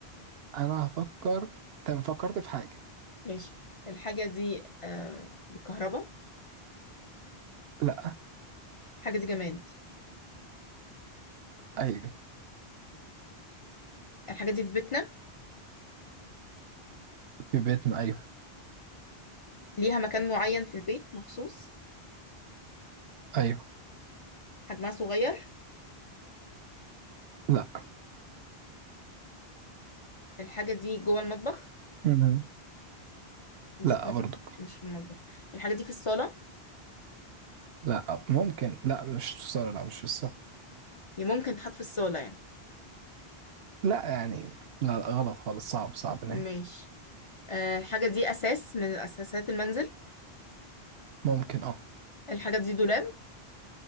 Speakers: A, on the right; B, on the left.
A: انا هفكر تمام فكرت في حاجه
B: ماشي الحاجة دي آه بالكهرباء
A: لا
B: الحاجة دي جماد
A: ايوه
B: الحاجة دي في بيتنا
A: في بيتنا ايوه
B: ليها مكان معين في البيت مخصوص
A: ايوه
B: حجمها صغير
A: لا
B: الحاجة دي جوه المطبخ
A: مم.
B: مس...
A: لا
B: مس...
A: برضو
B: مش في المطبخ الحاجة دي في الصالة
A: لا ممكن لا مش في الصاله لا مش في الصاله
B: هي ممكن تتحط في الصالة يعني
A: لا يعني لا, لا غلط خالص صعب صعب
B: ماشي
A: نهائي
B: آه الحاجة دي أساس من أساسات المنزل
A: ممكن اه
B: الحاجة دي دولاب